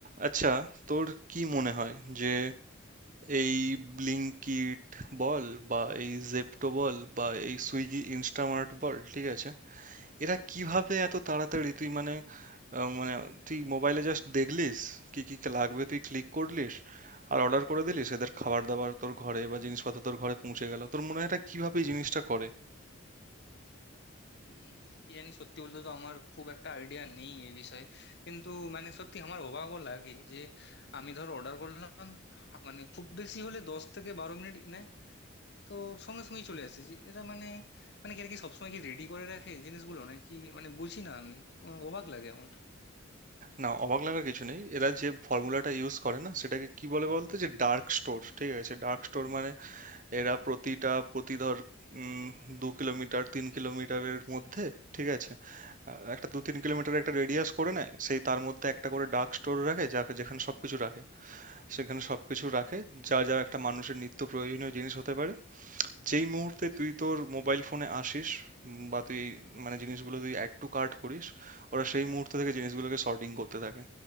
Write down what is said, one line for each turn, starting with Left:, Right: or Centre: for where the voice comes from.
Right: আচ্ছা তোর কি মনে হয় যে এই ব্লিঙ্কিট বল বা এই জেপ্টো বল বা এই সুইগি ইনস্টামার্ট বল ঠিক আছে এরা কিভাবে এত তাড়াতাড়ি তুই মানে আহ, মানে তুই মোবাইলে জাস্ট দেখলিস কি কি লাগবে তুই ক্লিক করলিস আর অর্ডার করে দিলিস এদের খাবার দাবার তোর ঘরে বা জিনিসপত্র তোর ঘরে পৌঁছে গেল তোর মনে হয় এরা কিভাবে এই জিনিসটা করে
Left: উম, কি জানি সত্যি বলতে তো আমার খুব একটা আইডিয়া নেই এই বিষয়ে কিন্তু মানে সত্যি আমার অবাকও লাগে যে আমি ধর অর্ডার করলাম হা- মানে খুব বেশি হলে দশ থেকে বারো মিনিট নেয় তো সঙ্গে সঙ্গেই চলে আসে যে এরা মানে মানে কি আর কি সবসময় কি রেডি করে রাখে জিনিসগুলো নাকি মানে বুঝি না আমি আমার অবাক লাগে আমার
Right: না অবাক লাগার কিছু নেই এরা যে ফর্মুলাটা ইউজ করে না সেটাকে কি বলে বলতো যে ডার্ক স্টোর ঠিক আছে ডার্ক স্টোর মানে এরা প্রতিটা প্রতি ধর উম, দু কিলোমিটার তিন কিলোমিটারের মধ্যে ঠিক আছে আহ, একটা দু তিন কিলোমিটার একটা রেডিয়াস করে নেয় সেই তার মধ্যে একটা করে ডার্ক স্টোর রাখে যাকে যেখানে সবকিছু রাখে সেখানে সবকিছু রাখে যা যা একটা মানুষের নিত্য প্রয়োজনীয় জিনিস হতে পারে যেই মুহূর্তে তুই তোর মোবাইল ফোনে আসিস উম, বা তুই এই মানে জিনিসগুলো তুই অ্যাড টু কার্ট করিস ওরা সেই মুহূর্ত থেকে জিনিসগুলোকে সর্টিং করতে থাকে